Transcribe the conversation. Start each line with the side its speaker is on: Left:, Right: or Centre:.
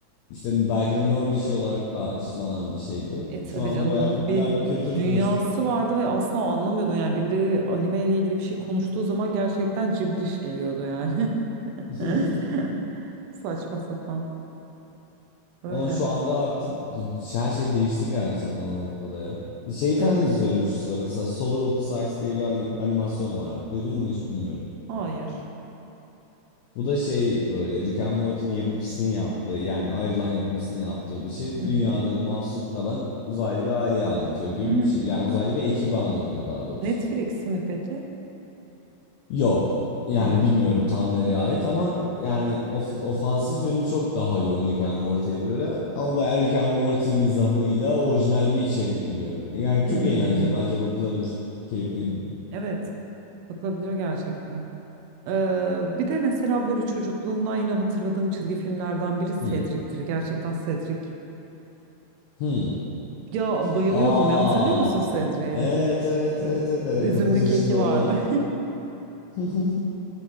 Left: işte belki de nerd işi olarak karşılanan bir şeydi.
Right: E tabii
Left: Şu anda
Right: canım
Left: bayağı
Right: onun
Left: popüler
Right: bir
Left: bir kültüre
Right: dünyası
Left: dönüştü.
Right: vardı ve asla anlamıyordun yani birileri anime ile ilgili bir şey konuştuğu zaman gerçekten cibliş geliyordu yani.
Left: <laughs>
Right: <laughs> Saçma sapan. Öyle.
Left: Ama şu anda artık her şey değişti gerçekten o noktada ya. Bir şey
Right: Evet.
Left: falan izliyorum şu sıra. Mesela Solar Opposites diye bir ani- animasyon var. Duydun mu hiç bilmiyorum.
Right: Hayır.
Left: Bu da şey böyle Rick and Morty'nin yapımcısının yaptığı yani ayrılan yapımcısının yaptığı bir şey.
Right: Hı
Left: Dünyada
Right: hı.
Left: mahsur kalan uzaylı bir aileyi anlatıyor gibi
Right: Hmm.
Left: bir şey. Yani uzaylı bir ekibi anlatıyor daha doğrusu.
Right: Netflix mi peki?
Left: Yok. Yani
Right: Hmm.
Left: bilmiyorum tam nereye ait ama yani of- ofansif yönü çok daha yoğun Rick and Morty'ye göre. Ama bayağı Rick and Morty mizahıyla orijinal bir içerik gibi. Yani
Right: Hmm.
Left: çok eğlenceli bence bakılabilir. Keyifliydi.
Right: Hmm. Evet. Bakılabilir gerçekten. Ee, bir de mesela böyle çocukluğumdan yine hatırladığım çizgi filmlerden biri
Left: Hmm.
Right: Cedric'tir. Gerçekten Cedric
Left: Hmm.
Right: Ya bayılıyordum
Left: Aa.
Right: ya hatırlıyor musun Sedri'yi?
Left: Evet evet evet evet, evet.
Right: Üzümlü
Left: 9 yaşında
Right: keki
Left: olmak.
Right: vardı.
Left: <laughs>